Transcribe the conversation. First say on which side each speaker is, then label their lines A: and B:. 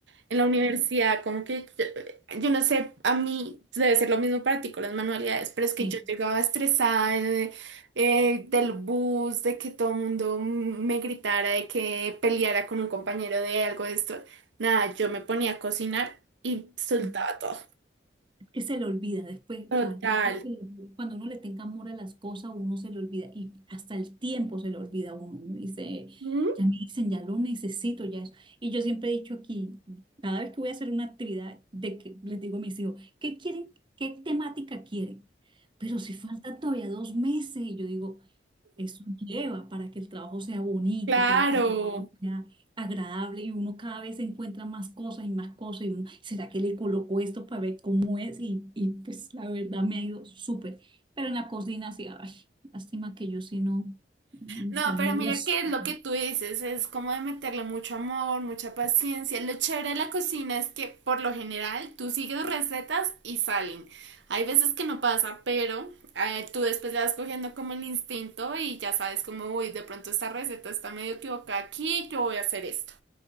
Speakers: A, on the right (about 80°); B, on the right (about 25°).
A: En la universidad, como que yo, yo no sé, a mí debe ser lo mismo para ti con las manualidades, pero es que
B: Sí.
A: yo llegaba estresada eh, eh, del bus, de que todo el mundo me gritara, de que peleara con un compañero de algo de esto. Nada, yo me ponía a cocinar y soltaba
B: sí.
A: todo.
B: que se le olvida después,
A: Total.
B: o sea, yo creo que cuando uno le tenga amor a las cosas, uno se le olvida y hasta el tiempo se le olvida a uno. Uno dice,
A: ¿Mm?
B: ya me dicen, ya lo necesito, ya eso. Y yo siempre he dicho aquí, cada vez que voy a hacer una actividad, de que les digo a mis hijos, ¿qué quieren? ¿Qué temática quieren? Pero si faltan todavía dos meses, y yo digo, eso lleva para que el trabajo sea bonito,
A: Claro.
B: para que el trabajo sea agradable y uno cada vez encuentra más cosas y más cosas y uno, ¿será que le coloco esto para ver cómo es? Y, y pues la verdad me ha ido súper. Pero en la cocina sí, ay, lástima que yo sí no, mi
A: No,
B: familia
A: pero mira
B: sufre.
A: que lo que tú dices es como de meterle mucho amor, mucha paciencia. Lo chévere de la cocina es que por lo general tú sigues recetas y salen. Hay veces que no pasa, pero eh, tú después le vas cogiendo como el instinto y ya sabes como, uy, de pronto esta receta está medio equivocada aquí, yo voy a hacer esto.